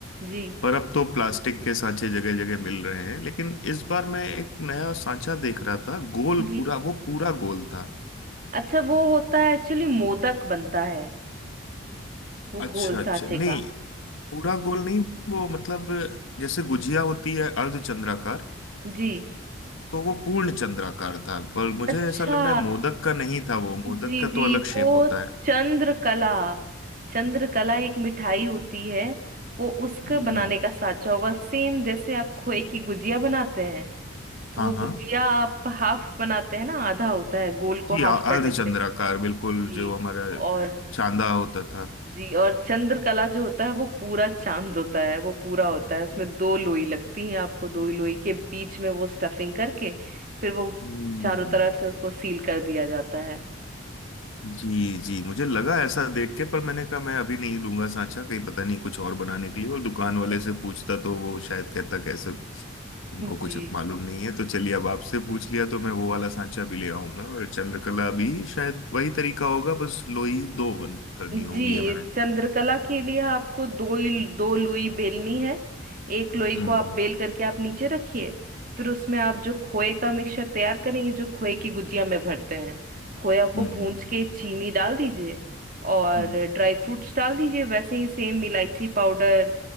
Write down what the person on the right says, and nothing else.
जी
जी
अच्छा वो होता है एक्चुअली मोदक बनता है वो
गोल
सांचे
का
जी
अच्छा
जी
जी
वो
चंद्रकला चंद्रकला एक मिठाई होती है वो उसके
बनाने का सांचा होगा सेम जैसे आप खोए की गुजिया बनाते हैं तो
वो
गुजिया आप हाफ बनाते हैं ना आधा होता है गोल को
हाफ
कर लेते
हैं
जी
और
जी और चंद्रकला जो होता है वो पूरा चांद होता है वो पूरा होता है उसमें दो लोई लगती हैं आपको दो ही लोई के बीच में वो स्टफिंग करके फिर वो
चारों तरफ से उसको सील कर दिया जाता है
<laughs>
जी
जी
इस चंद्रकला के लिए आपको दो ही दो लोई बेलनी है एक लोई
को आप बेल करके आप नीचे रखिए फिर उसमें आप जो खोए का मिक्सचर तैयार करेंगे जो खोए की गुजिया में भरते हैं खोया को
भूंज
के चीनी डाल दीजिए और
ड्राई फ्रूट्स डाल दीजिए वैसे ही सेम इलायची पाउडर